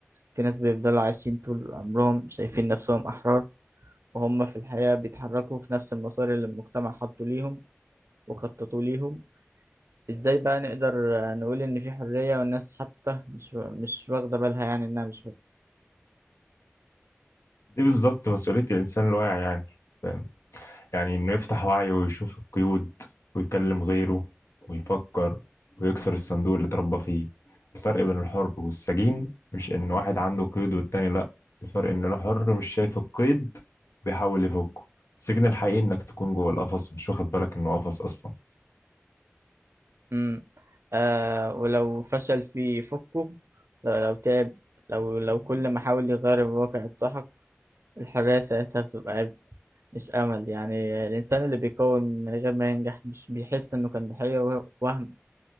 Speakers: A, on the right (about 70°); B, on the left (about 80°).
A: في ناس بيفضلوا عايشين طول عمرهم شايفين نفسهم أحرار وهم في الحياة بيتحركوا في نفس المسار اللي المجتمع حطه ليهم وخططوا ليهم ازاي بقى نقدر آه، نقول إن في حرية والناس حتى مش مش واخدة بالها يعني إنها مش
B: دي بالظبط مسؤولية الانسان الواعي يعني فاهم؟ يعني إنه يفتح وعيه ويشوف القيود ويكلم غيره ويفكر ويكسر الصندوق اللي اتربى فيه الفرق بين الحر والسجين مش إن واحد عنده قيد والتاني لأ الفرق إن الحر مش شايف القيد بيحاول يفكه السجن الحقيقي إنك تكون جوه القفص ومش واخد بالك إنه قفص أصلا
A: امم آه ولو فشل في فكه لو لو تعب لو لو كل ما حاول يغير الواقع اتسحق الحرية ساعتها بتبقى عبء مش أمل يعني الإنسان اللي بيكون من غير ما ينجح مش بيحس إنه كان ضحية وه- وهم